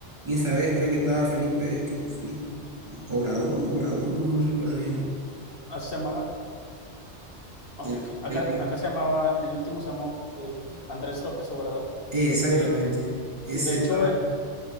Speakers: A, on the right; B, on the left.
A: Y esa vez creo que estaba Felipe, ¿qué? Felipe, Obrador, Obrador, no, no recuerdo bien el,
B: Ah, Se llamaba, oh,
A: el-
B: ok, Acá,
A: el pre-
B: acá se llamaba, el último se llamó eh, Andrés López Obrador.
A: eh, exactamente.
B: De,
A: Ese
B: de hecho,
A: estaba,